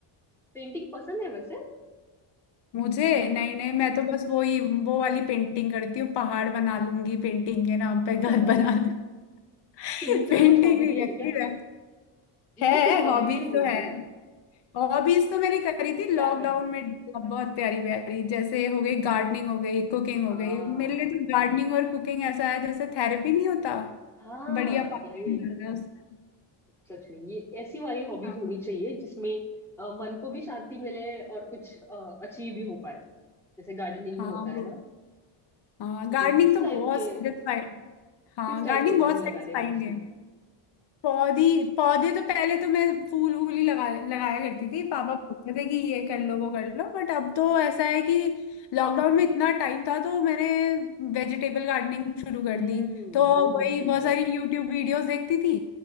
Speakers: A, in the centre; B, on the left.
A: पेंटिंग पसंद है वैसे
B: मुझे नहीं
A: <laughs>
B: नहीं मैं तो बस वो ही वो वाली पेंटिंग करती हूँ पहाड़ बना लूंगी पेंटिंग के नाम पे घर
A: तो
B: बना लूंगी
A: दूसरा
B: <laughs> पेंटिंग
A: कुछ हॉबी
B: नहीं
A: नहीं
B: करती
A: है क्या
B: मैं
A: वो
B: है
A: सिर्फ हॉबी
B: हॉबीज
A: नहीं हुई
B: तो
A: ना
B: है हॉबीज तो मैंने करी थी लॉकडाउन
A: क्या करती है
B: में बहुत प्यारी प्यारी जैसे हो गई गार्डनिंग हो गई कुकिंग
A: आ
B: हो गई मेरे लिए तो गार्डनिंग और कुकिंग ऐसा है जैसे थेरेपी नहीं होता
A: हाँ
B: बढ़िया पार्ट
A: राइट
B: टाइम लग रहा है उसमें
A: सच में ये ऐसी वाली हॉबीज
B: हाँ।
A: होनी चाहिए जिसमें अ, मन को भी शांति मिले और कुछ अचीव भी हो पाए जैसे गार्डनिंग
B: हाँ
A: में होता है
B: वो
A: ना
B: हाँ
A: हम्म,
B: गार्डनिंग
A: किस
B: तो
A: टाइप
B: बहुत
A: के
B: satisfying हाँ
A: किस टाइप
B: गार्डनिंग
A: के पौधे
B: बहुत
A: लगा
B: सेटिस्फाइंग
A: रहे मोस्टली
B: है पौधी पौधे तो पहले तो मैं फूल वूल ही लगा लगाया करती थी पापा बोलते थे कि ये कर लो वो कर लो बट अब तो ऐसा है कि लॉकडाउन में इतना टाइम था तो मैंने वेजिटेबल गार्डनिंग शुरू कर
A: हम्म
B: दी तो
A: वो बहुत
B: वही
A: सही
B: बहुत सारी
A: है
B: यूट्यूब वीडियोस देखती थी